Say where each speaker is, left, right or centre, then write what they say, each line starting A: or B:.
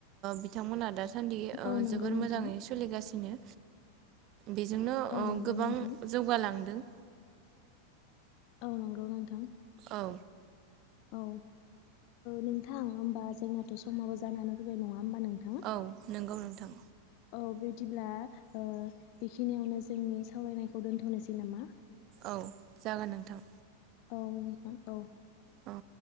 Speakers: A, on the right (about 40°); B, on the left (about 45°).
A: बिथांमोनहा दा सान्दि
B: औ नंगौ
A: जोबोर
B: नोंथां
A: मोजाङै सोलिगासिनो बेजोंनो
B: औ नंगौ
A: गोबां
B: नोंथां
A: जौगालांदों
B: औ नंगौ नोंथां
A: औ
B: औ नोंथां होमबा जोंनाथ' समाबो जानानै फैबाय होमबा नोंथां?
A: औ नंगौ नोंथां
B: औ बिदिब्ला बेखिनियावनो जोंनि सावरायनायखौ दोन्थ'नोसै नामा।
A: औ जागोन नोंथां
B: औ नोंथां औ
A: औ